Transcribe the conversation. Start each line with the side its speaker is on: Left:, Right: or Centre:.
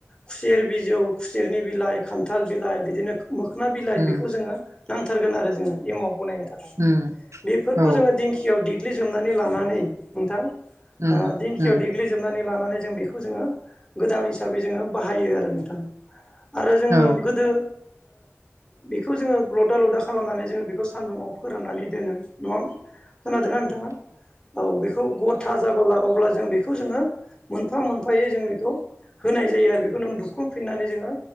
Left: खुसेर बिजौ खुसेरनि बिलाइ खान्थाल बिलाइ बिदिनो मोखना बिलाइ
Right: उम
Left: बेखौ जोङो नांथारगोन आरो जोङो एमाव बनायनो थाखाय
Right: उम
Left: बेफोरखौ
Right: औ
Left: जोङो दिंखि दिंखियाव देग्लिजोबनानै लानानै नोंथां
Right: उम
Left: दिंखियाव
Right: उम
Left: देग्लिजोबनानै लानानै जों बेखौ खौ जोङो गोदान हिसाबै जोङो बाहायो आरो नोंथां आरो जोङो
Right: औ
Left: गोदो बेखौ जोङो लदा लदा खालामनानै जोङो बेखौ सान्दुुङाव फोराननानै दोनो नङा खोनादोंना नोंथाङा औ बेखौ गथा जाबोला अब्ला जों बेखौ जोङो मोनफा मोनफायो जों बेखौ होनाय जायो आरो बेखौ नों दुख्रुबफिननानै जोङो